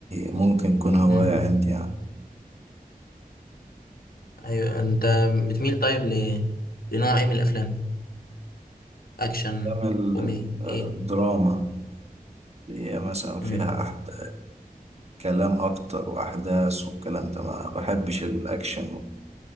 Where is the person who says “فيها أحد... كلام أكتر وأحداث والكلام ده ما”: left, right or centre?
Right